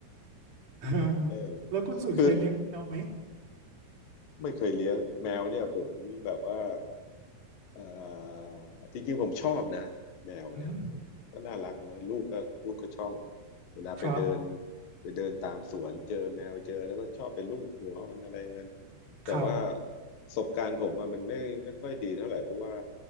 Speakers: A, on the right; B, on the left.
A: <laughs> เออ
B: เออ
A: แล้วคุณสุดเคยเลี้ยงแมวไหม
B: คือไม่เคยเลี้ยงแมวเนี่ยผมแบบว่า เอ่อจริงๆผมชอบนะแมวเนี่ย
A: อืม
B: ก็น่ารักนะลูกก็ลูกก็ชอบเวลาไปเดิน
A: ครับ
B: ไปเดินตามสวนเจอแมวเจอแล้วก็ชอบไปลูบหัวมันอะไรอย่างนั้นแต่ว่า
A: ครับ
B: ประสบการณ์ผมอะมันไม่ไม่ค่อยดีเท่าไหร่เพราะว่า